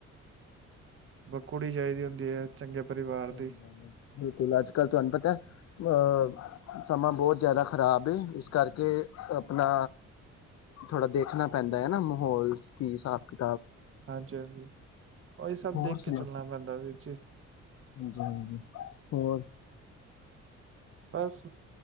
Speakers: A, on the right (about 45°); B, on the left (about 60°).
A: ਬੱ ਕੁੜੀ ਚਾਈਦੀ ਹੁੰਦੀ ਏ, ਚੰਗੇ ਪਰਿਵਾਰ
B: ਸਹੀ
A: ਦੀ।
B: ਗੱਲ ਹੈ ਬਿਲਕੁਲ ਅੱਜ-ਕੱਲ੍ਹ ਤੁਵੈਨੂੰ ਪਤੈ, ਅ ਸਮਾਂ ਬੌਤ ਜੈਦਾ ਖ਼ਰਾਬ ਏ ਇਸ ਕਰਕੇ ਅਪਣਾ ਥੋੜ੍ਹਾ ਦੇਖਣਾ ਪੈਂਦਾ ਏ ਨਾ ਮਾਹੌਲ ਕੀ ਸਾਬ ਕਿ
A: ਹਾਂਜੀ ਹਾਂਜੀ, ਓਹੀ ਸਭ
B: ਹੋਰ
A: ਦੇਖ
B: ਸੁਣਾ
A: ਕੇ ਚੱਲਣਾ ਪੈਂਦੈ ਵੀਰ ਜੀ।
B: ਹਾਂਜੀ ਹਾਂਜੀ ਹੋਰ?
A: ਬਸ